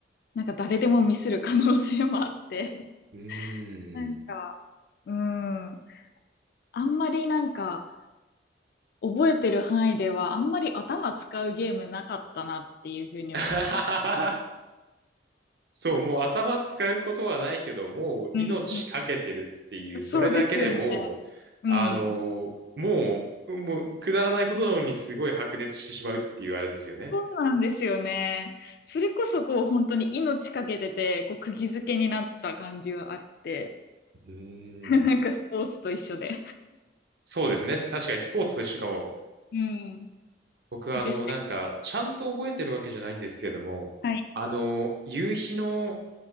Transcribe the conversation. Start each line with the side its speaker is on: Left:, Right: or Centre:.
Left: なんか誰でもミスる可能性もあって、
Right: うーん。
Left: なんか、うん。あんまりなんか、覚えてる範囲では、あんまり頭使うゲームなかったなっていうふうに思って。
Right: <laughs> そう、もう頭使うことはないけど、もう命かけてるっていう、
Left: うんうん。そうですよね。
Right: それだけでもう、
Left: うん。
Right: あのーもう、もうくだらないことなのにすごい白熱してしまうっていうあれですよね。
Left: そうなんですよね。それこそこう本当に命かけてて、こう釘付けになった感じはあって、
Right: うーん。
Left: <laughs> なんかスポーツと一緒で。
Right: そうですね。確かにスポーツと一緒かも。
Left: うん。
Right: 僕はあの、
Left: ですね。
Right: なんか、ちゃんと覚えてるわけじゃないんですけれども、
Left: はい。
Right: あの、夕日の